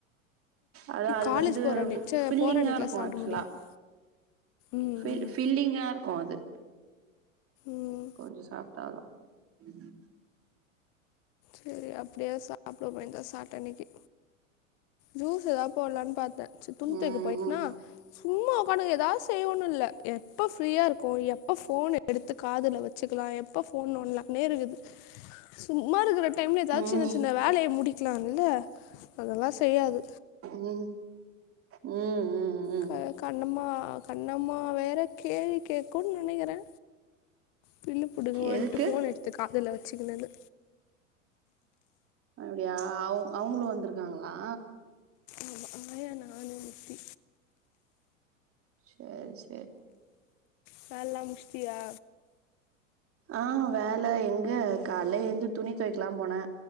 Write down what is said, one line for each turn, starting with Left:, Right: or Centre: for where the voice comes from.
Right: அதா அது
Left: காலேஜ்
Right: வந்து
Left: போகிற அன்னைக்கு சே
Right: ஃபில்லிங்கா
Left: போகிற அன்னைக்கெலாம்
Right: இருக்கும்
Left: சாப்பிட
Right: ஆக்சுவலா
Left: முடியாது ம்
Right: ஃபில்
Left: ம்
Right: ஃபில்லிங்கா இருக்கும் அது
Left: ம்
Right: கொஞ்சோம் சாப்ட்டாலும் <inaudible>
Left: சேரி அப்டியா சாப்றோமேக்கா சாப்ட அன்னைக்கு ஜூஸ் ஏதாவது போடலான்னு பாத்தேன் செரி துணி
Right: ம்
Left: துவைக்க போய்ட்டனா சும்மா உக்காந்துக்கு ஏதாவது செய்வோம்னு இல்ல எப்ப ஃப்ரீயா இருக்கோம் எப்ப ஃபோன் எடுத்து காதுல வச் சுக்கலாம் எப்ப போன் நோன்டலாம்னே இருக்குது சும்மா இருக்க டைம்ல ஏதாவது
Right: ம் ம்
Left: சின்ன சின்ன வேலய முடிக்கலாம்ல அதெல்லாம் செய்யாது
Right: உம் உம்ம்
Left: க கண்ணம்மா கண்ணம்மா வேற கேள்வி கேக்கும்னு நெனைக்கிறே பில்லு பிடுங்க வன்ட்டு
Right: எதுக்கு
Left: ஃபோன எடுத்து காதுல வச்சுக்கனது
Right: அப்டியா அவ அவங்களும் வந்துருக்காங்களா
Left: ஆமா ஆயா நானு முத்தி
Right: சேர்ரி சேர்ரி
Left: வேலலாம் முடிச்சுட்டியா
Right: ஆ வேல எங்க காலேல எழுந்து துணி துவைக்கலாம் போனே